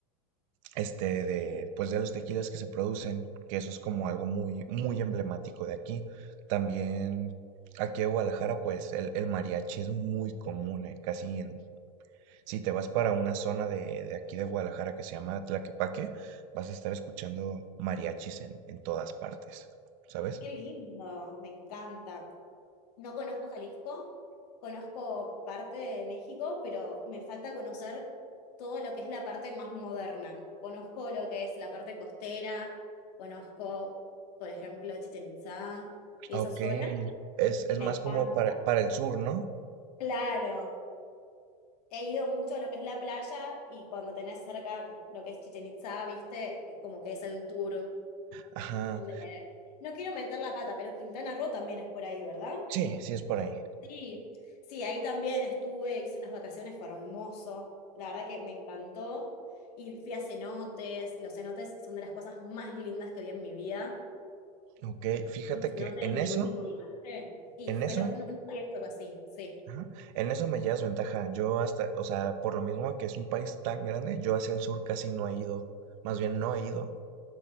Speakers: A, on the right; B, on the left.
A: este, de, pues de los tequilas que se producen, que eso es como algo muy, muy emblemático de aquí. También aquí en Guadalajara, pues el, el mariachi es muy común, eh, casi en, si te vas para una zona de, de aquí de Guadalajara que se llama Tlaquepaque, vas a estar escuchando mariachis en, en todas partes, ¿sabes?
B: qué lindo, me encanta. No conozco Jalisco, conozco parte de México, pero me falta conocer todo lo que es la parte más moderna. Conozco lo que es la parte costera, conozco, por ejemplo, Chichén Itzá y
A: Ok,
B: esa zona,
A: es,
B: y
A: es
B: me
A: más
B: encanta.
A: como para, para el sur, ¿no?
B: Claro, he ido mucho a lo que es la playa y cuando tenés cerca lo que es Chichén Itzá, viste, como que es el tour
A: Ajá,
B: de... No quiero meter la pata, pero Quintana Roo también es por ahí, ¿verdad?
A: sí, sí es por ahí.
B: Sí, sí, ahí también estuve, hice unas vacaciones, fue hermoso. La verdad que me encantó. Y fui a cenotes. Los cenotes son de las cosas más lindas que vi en mi vida.
A: Ok, fíjate
B: Fui a Un cenote
A: que en
B: de mi
A: eso,
B: último viaje. Y
A: en
B: fue
A: eso
B: lo. No, nunca había visto algo así, sí.
A: Ajá. En eso me llevas ventaja. Yo hasta, o sea, por lo mismo que es un país tan grande, yo hacia el sur casi no he ido. Más bien no he ido.